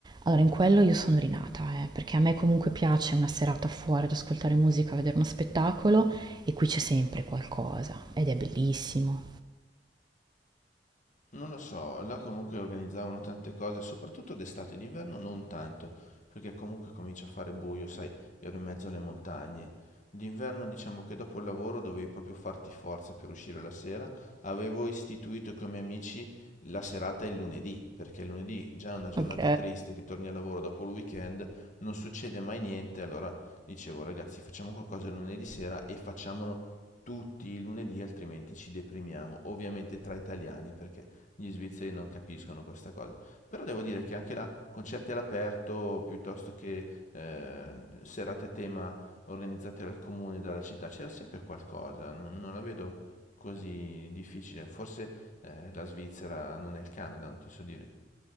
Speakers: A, on the right; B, on the left.
A: Allora, in quello io sono rinata, eh, perché a me comunque piace una serata fuori ad ascoltare musica, vedere uno spettacolo e qui c'è sempre qualcosa ed è bellissimo.
B: Non lo so, là comunque organizzavano tante cose, soprattutto d'estate, d'inverno non tanto, perché comunque comincia a fare buio, sai, ero in mezzo alle montagne. D'inverno diciamo che dopo il lavoro dovevi proprio farti forza per uscire la sera. Avevo istituito con i miei amici la serata il lunedì, perché il lunedì già è una giornata
A: Ok.
B: triste che torni al lavoro dopo il weekend, non succede mai niente, allora dicevo ragazzi facciamo qualcosa il lunedì sera e facciamolo tutti i lunedì, altrimenti ci deprimiamo. Ovviamente tra italiani, perché gli svizzeri non capiscono questa cosa. Però devo dire che anche là, concerti all'aperto, piuttosto che eh, serate a tema organizzate dal comune, dalla città, c'era sempre qualcosa, non, non la vedo così difficile. Forse eh, la Svizzera non è il Canada, non ti so dire.